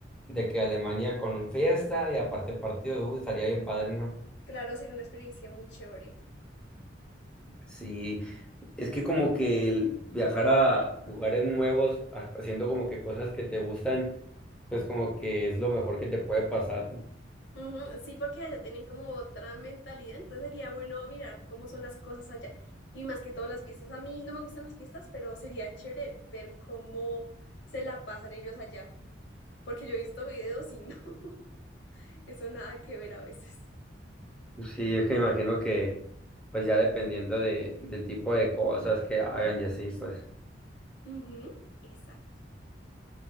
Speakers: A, in the centre; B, on the left.
A: de que Alemania con fiesta y aparte partido, uy, estaría bien padre, ¿no?
B: Claro, sería una experiencia muy chévere.
A: Sí, Es que como que el viajar a lugares nuevos, ha- haciendo como que cosas que te gustan, pues como que es lo mejor que te puede pasar. ¿no?
B: Ujú, Sí, porque allá tienen como otra mentalidad, entonces sería bueno mirar cómo son las cosas allá. Y más que todo las fiestas. A mí no me gustan las fiestas, pero sería chévere ver cómo se la pasan ellos allá. Porque yo he visto videos y no, <laughs> eso nada que ver a veces.
A: Sí, es que me imagino que pues ya dependiendo de, del tipo de cosas que hagan y así, pues.
B: Ujú, exacto. <laughs>